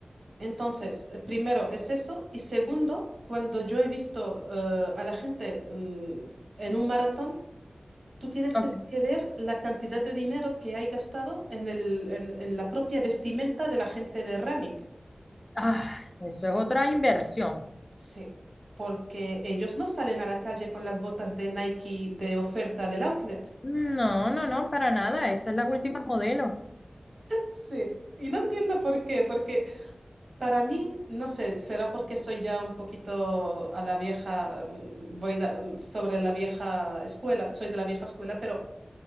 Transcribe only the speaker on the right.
entonces, eh, primero es eso. Y segundo, cuando yo he visto eh, a la gente mm, en un maratón, tú tienes
que, que ver la cantidad de dinero que hay gastado en el, en, en la propia vestimenta de la gente de running.
Sí, porque ellos no salen a la calle con las botas de Nike de oferta del outlet.
Sí, y no entiendo por qué, porque Para mí, no sé, será porque soy ya un poquito a la vieja, mm, voy da- mm, sobre la vieja escuela, soy de la vieja escuela, pero